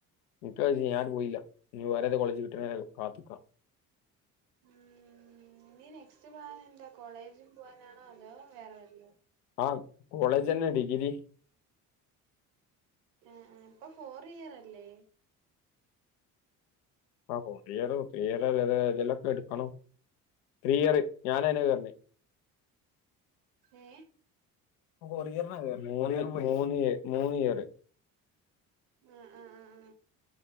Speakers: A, on the left (about 85°); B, on the right (about 75°).
A: <unintelligible> ഞാൻ പോയില്ല നീ വേറെത കോളേജ് കിട്ടണ കാത്തക്കാം
B: ഉം നീ നെക്സ്റ്റ് പ്ലൻ എന്താ കോളേജിൽ പോവാനാണോ അതോ വേറെ വല്ല
A: ആ കോളേജ് ന്നെ ഡിഗ്രി
B: ആ ആ ഇപ്പൊ ഫോർ ഇയർ അല്ലേ
A: <unintelligible> എടുക്കണം ത്രീയർ ഞാനയിനാ കേറിനെ
B: ഏ
A: കൊറിയർന്നാ വരുന്നേ ഉം മൂന്നിയറ്
B: ആ ആ ആ ആ